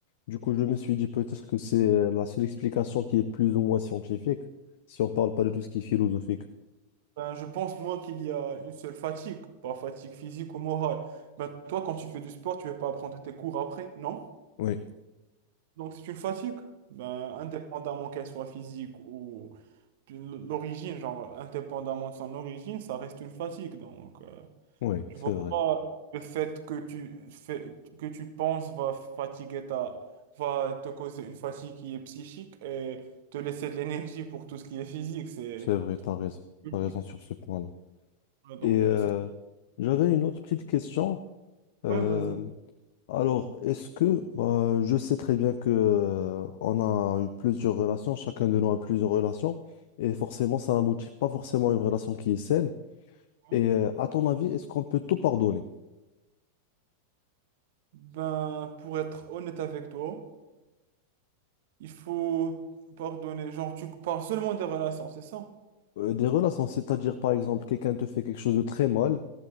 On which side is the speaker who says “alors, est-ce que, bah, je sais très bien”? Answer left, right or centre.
Left